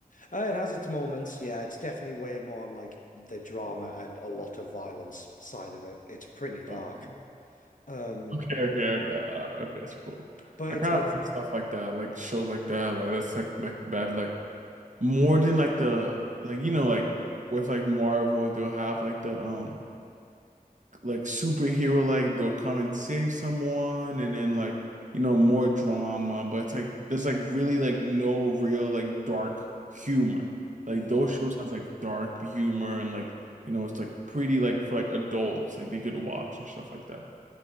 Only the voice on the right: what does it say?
Okay,
okay, okay, okay. Uh, okay, that's cool.
I
kind
of like stuff like that, like shows like that, like that's like like that, like more than like the like you know like with like Marvel they'll have like the um like superhero like they'll come and save someone and then like you know more drama but it's like there's like really like no real like dark humor like
those shows has like dark humor and like you know it's like pretty like for like adults like they could watch and stuff like that